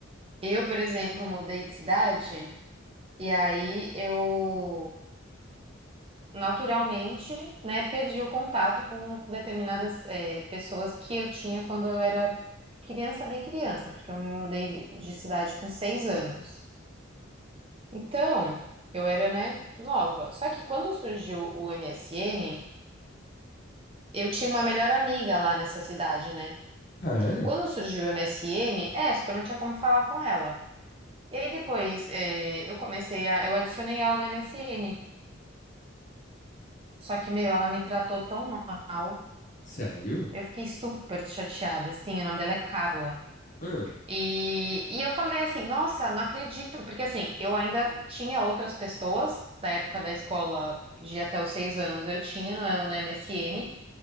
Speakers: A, on the right; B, on the left.
A: eu, por exemplo, mudei de cidade e aí eu naturalmente, né, perdi o contato com determinadas eh, pessoas que eu tinha quando eu era criança, bem criança, porque eu me mudei de, de cidade com seis anos. Então, eu era, né, nova. Só que quando surgiu o MSN, eu tinha uma melhor amiga lá nessa cidade, né?
B: Ah, é?
A: E quando surgiu o MSN, é, só que eu não tinha como falar com ela. E aí depois, eh, eu comecei a, eu adicionei ela no MSN. Só que, meu, ela me tratou tão mal.
B: Sério?
A: Eu fiquei super chateada, assim, o nome dela é Carla.
B: Ah,
A: E, e eu falei assim, nossa, não acredito, porque assim, eu ainda tinha outras pessoas da época da escola de até os seis anos, eu tinha no, no MSN,